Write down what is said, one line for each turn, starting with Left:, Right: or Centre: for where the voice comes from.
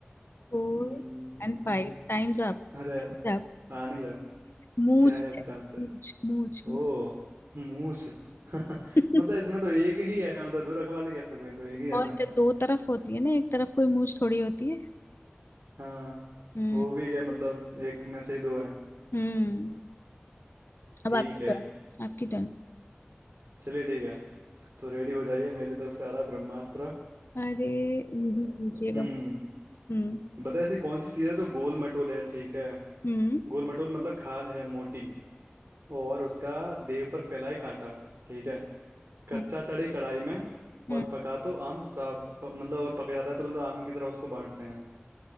Left: Four
Right: हम्म,
Left: And five times up
Right: अरे
Left: Times up
Right: आ नहीं रहा
Left: मूंछ
Right: क्या है इसका
Left: है
Right: आंसर
Left: मूंछ मूंछ मूंछ
Right: ओ मूछ <laughs>
Left: <laughs>
Right: मतलब इसमें तो एक ही है मतलब दो रखवाले कैसे हुए तो एक ही है
Left: और
Right: ना
Left: तो दो तरफ होती है ना एक तरफ कोई मूंछ थोड़ी होती है
Right: हाँ
Left: हम्म
Right: वो भी है मतलब एक में से ही दो है
Left: हम्म अब
Right: ठीक
Left: आपकी
Right: है
Left: टर्न आपकी टर्न
Right: चलिए ठीक है तो रेडी हो जाइए मेरी तरफ से आ रहा है ब्रह्मास्त्र
Left: अरे मुझे पूछिएगा
Right: हम्म
Left: हम्म
Right: बता ऐसी कौन सी चीज है जो गोल मटोल है ठीक है
Left: हम्म
Right: गोल मटोल मतलब खाल है मोटी और उसका देह पर फैलाए कांटा ठीक है कच्चा
Left: हम्म,
Right: चढ़े कढ़ाई में
Left: हम्म,
Right: और पका तो आम सा प, मतलब और पक जाता है तो मतलब आम की तरह उसको बांटते हैं